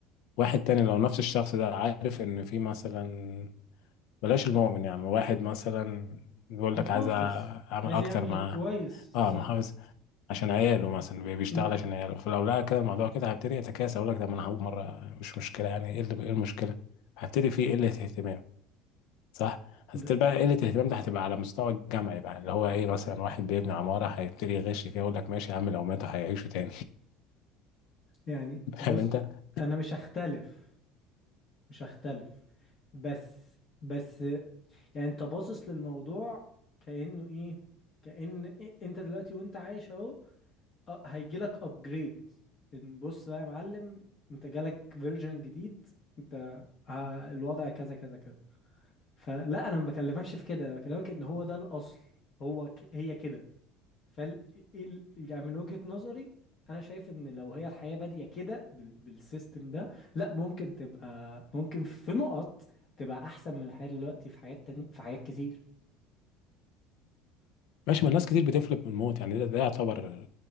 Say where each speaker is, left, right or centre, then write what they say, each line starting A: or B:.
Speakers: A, on the left; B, on the left.
A: واحد تاني لو نفس الشخص ده عارف ان في مثلا بلاش المؤمن يعني واحد مثلا بيقول
B: محافظ
A: لك عايز أ- اعمل
B: عايز
A: اكتر
B: يعمل
A: مع
B: كويس
A: اه
B: صح
A: محافظ عشان عياله مثلا بي- بيشتغل
B: مم.
A: عشان عياله فلو لقى كده الموضوع كده هيبتدي يتكاسل اقول لك طب ما انا هقول مره مش مشكله يعني ايه اللي- إيه المشكله هبتدي فيه قله اهتمام صح هتبتدي
B: ب...
A: بقى قله الاهتمام ده هتبقى على مستوى الجامعي بقى اللي هو ايه مثلا واحد بيبني عماره هيبتدي يغش فيها يقول لك ماشي يا عم لو ماتوا هيعيشوا تاني
B: يعني
A: <laughs>
B: بص
A: فاهم انت
B: انا مش هختلف مش هختلف بس بس يعني انت باصص للموضوع كانه ايه كأن إيه- انت دلوقتي وانت عايش اهو أه هيجي لك ابجريد ان بص بقى يا معلم انت جالك فيرجن جديد انت ه- الوضع كذا كذا كذا فلا انا ما بكلمكش في كده انا بكلمك ان هو ده الاصل هو ك... هي كده فال إيه ال- يعني من وجهة نظري انا شايف ان لو هي الحياة بادية كده بال... بالسيستم ده لا ممكن تبقى ممكن في نقط تبقى احسن من الحياة دلوقتي في حاجات تانية في حاجات كتير
A: ماشي ما الناس كتير بتفلت من الموت يعني ده, ده يعتبر